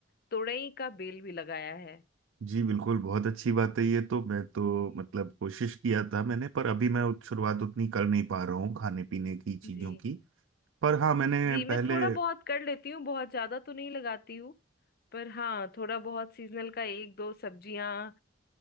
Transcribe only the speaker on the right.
जी बिल्कुल बहुत अच्छी बात है ये तो मैं तो
मतलब कोशिश किया था मैंने पर अभी मैं उत- शुरुआत उतनी कर नहीं पा रहा हूँ खाने पीने की चीजों
की पर हाँ मैंने
पहले